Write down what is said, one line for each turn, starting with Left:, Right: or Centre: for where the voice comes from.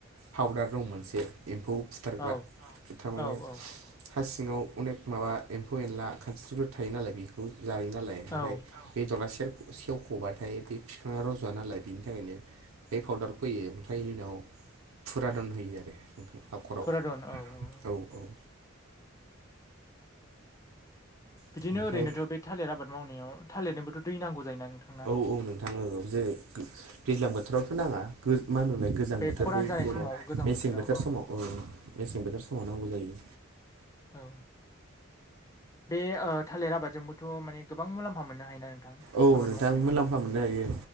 Right: पाउदार दं मोनसे एम्फौ बुथारग्रा
Left: औ
Right: थामाने
Left: औ औ
Right: हा सिङाव अनेक माबा एम्फौ एनला खानस्रिफोर थायो नालाय बेखौ जायो नालाय ओमफ्राय
Left: औ
Right: बेदरा सेर-सेवख'बाथाय बे बिफाङा रज'वा नालाय बेनि थाखायनो बे फाउदारखो होयो ओमफ्रायनि उनाव फुरादन होयो आरो हाखर
Left: रन औ औ
Right: औ औ
Left: बिदिनो
Right: ओमफ्राय
Left: ओरैनोथ' बे थालिर आबाद मावनायाव थालिरनोबोथ' दै नांगौ जायोना नोंथां
Right: औ औ नोंथां औ जेरै दैज्लां बोथोरावथ' नाङा गो मा होनोलाय गोजां
Left: बे
Right: बोथोर
Left: खरान
Right: बै
Left: जानाय
Right: जेब्ला
Left: समाव गोजां
Right: मेसें
Left: बोथोराव
Right: बोथोर समाव औ मेसें बोथोर समाव नांगौ जायो
Left: औ औ बे ओ थालिर आबादजोंबोथ' माने गोबां मुलाम्फा मोननो हायोना नोंथां?
Right: औ
Left: आबाद
Right: नोंथां
Left: मावनानैबो
Right: मुलाम्फा मोननो हायो